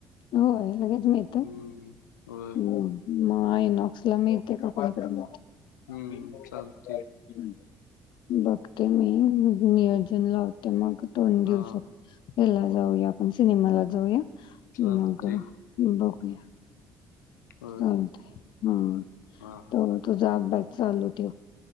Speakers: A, on the left; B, on the left.
A: होय लगेच मिळतोय?
B: हम्म होय
A: मग मग आईनॉक्सला मिळतय का कॉल कर मग.
B: हम्म
A: हम्मत
B: चालतंय
A: बघते मी नियोजन लाव ते मग दोन दिवसात
B: हा
A: याला जाऊया आपण सिनेमाला जाऊया.
B: चालतंय
A: मग बघूया.
B: होय
A: चालतय. हा.
B: हा हा
A: तर तुझा अभ्यास चालू ठेव.